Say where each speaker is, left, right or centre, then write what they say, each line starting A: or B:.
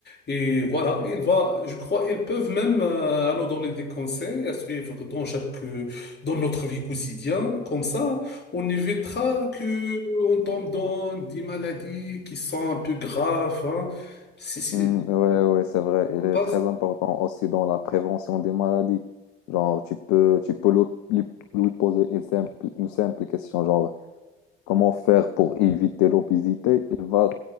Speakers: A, on the left; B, on the left.
A: et voilà, il va, je crois, ils peuvent même euh, nous donner des conseils à suivre dans chaque euh, dans notre vie quotidienne. Comme ça, on évitera que euh, on tombe dans des maladies qui sont un peu graves. Hein. C'est c'est-
B: Mm, ouais, ouais, c'est vrai. Il
A: on
B: est
A: passe-
B: très important aussi dans la prévention des maladies. Genre, tu peux, tu peux lui, lui- lui poser une simple, une simple question, genre, comment faire pour éviter l'obésité? Il va